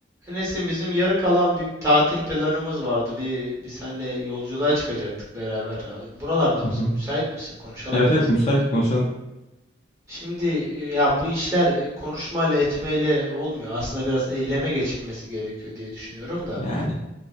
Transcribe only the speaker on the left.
Hı
hı.
Evet
evet müsaitim konuşalım.
Yani